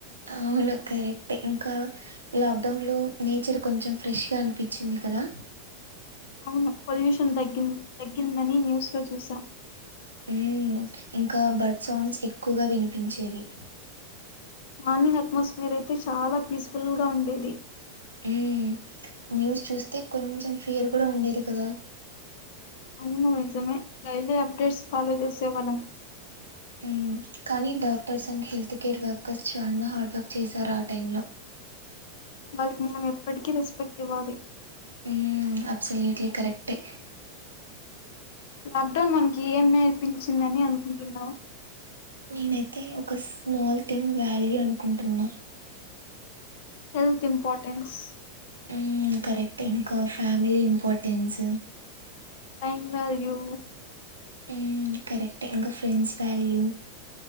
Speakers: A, on the right (about 80°); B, on the left (about 50°).
A: అవును కరెక్ట్ ఇంకా లాక్ డౌన్ లో నేచర్ కొంచెం ఫ్రెష్గా అనిపించింది కదా
B: అవును పొల్యూషన్ తగ్గింది తగ్గిందని న్యూస్ లో చూశాం
A: ఊ ఇంకా బర్డ్ సౌండ్స్ ఎక్కువగా వినిపించేవి
B: మార్నింగ్ అట్మాస్ఫిర్ అయితే చాలా పీస్ఫుల్ గా ఉండేది
A: ఉమ్ న్యూస్ చూస్తే కొంచెం ఫీయర్ కూడా ఉండేది కదా
B: అవును నిజమే డైలీ అప్డేట్స్ ఫాలో చేసే వాళ్ళం
A: ఉమ్ కానీ doctors and health care workers చాలా హార్డ్వర్క్ చేశారు ఆ టైమ్ లో
B: వాళ్ళకి మనం ఎప్పటికీ రెస్పెక్ట్ ఇవ్వాలి
A: ఉమ్ అబ్సల్యూట్లీ కరెక్టే
B: లాక్డౌన్ మనకి ఏం నేర్పించిందని అనుకుంటున్నావు
A: నేనైతే ఒక స్మాల్ థింగ్ వ్యాల్యూ అనుకుంటున్నా
B: హెల్త్ ఇంపార్ర్టెన్స్
A: ఉమ్ కరెక్టే ఇంకా family importance
B: time value
A: హ్మ్ కరెక్టే ఇంక ఫ్రెండ్స్ వాల్యూ